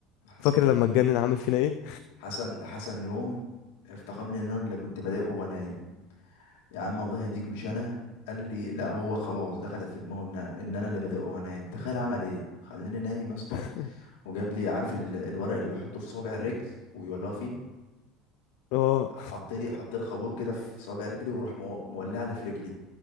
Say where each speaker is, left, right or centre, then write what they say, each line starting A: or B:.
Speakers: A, on the left; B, on the left.
A: حسن
B: فاكر لما اتجنن عامل فينا ايه
A: حسن ده حسن يوم افتكرني ان انا اللي كنت بضايقه وانا نايم يا عم الله يهديك مش انا قال لي لا هو خلاص دخلت في دماغه ان ان انا اللي بادئ وانام تخيل عمل ايه خلاني نايم يا اسطى
B: <laughs>
A: وجاب لي عارف ال- الورق اللي بيحطوه في صابع الرجل ويولعه فيه
B: اه
A: حط لي حط لي خابور كده في صابع رجلي وراح مو- مولع لي في رجلي